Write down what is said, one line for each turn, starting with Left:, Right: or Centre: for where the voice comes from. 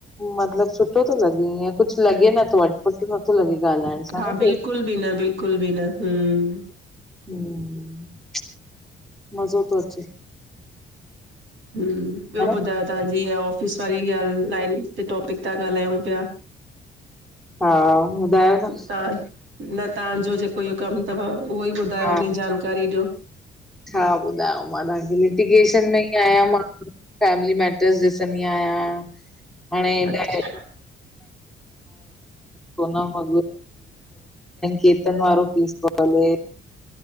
Centre: मतलबु सुठो थो लॻे, ईअ कुछ लॻे नथो अटपट नथो लॻे। ॻाल्हाइण सां
Right: हा
Centre: न
Right: बिल्कुल
Centre: केर
Right: बि न, बिल्कुल बि न, हम्म
Centre: हम्म, मज़ो थो अचे।
Right: ॿियो
Centre: ह
Right: ॿुधायो
Centre: न
Right: तव्हां जी इहा ऑफिस वारी ॻाल ते टॉपिक ते ॻाल्हायूं प्या?
Centre: हा ॿुधायो न
Right: ता <unintelligible> न तहांजो जेको इहो कमु अथव, उहो ई ॿुधायो
Centre: हा
Right: हुन जी जानकारी ॾियो।
Centre: छा ॿुधायांव मां तहांखे, लिटीगेशन में ई आहियां मां, फैमिली मैटर्स ॾिसंदी आहियां। हाणे
Right: अच्छा
Centre: न कोन मग के्तन वारो पेस थो हले <unintelligible>